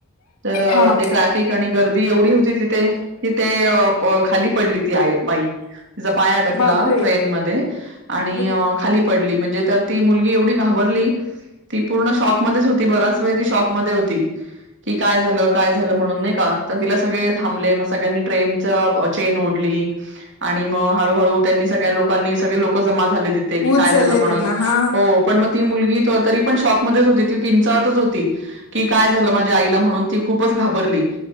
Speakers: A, on the right (about 55°); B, on the left (about 90°).
A: तर
B: हा
A: ते ट्रॅफिक आणि गर्दी एवढी होती तिथे कि ते खाली पडली ती आ तिचा पाय अङकला
B: बापरे
A: ट्रेन मध्ये आणि
B: मग
A: खाली पडली मु घा प बराच वेळ ती शॉप मध्ये होती की काय काय म्हणून का ति सगळे थांब मग सगळ्यांनी ट्रेन चेन ओढली आणि मग हळूहळू त्यांनी सगळ्या लोकांनी सगळे लोक जमा झाले तिथे की
B: उचलले
A: काय झालं म्हणून
B: त्यांना हा
A: हो पण ती मुलगी तरी पण शॉप मध्येच होती ती किंचाळत होती की काय झाल माझ्या आईला म्हणुन ती खूपच घाबरली घाबरली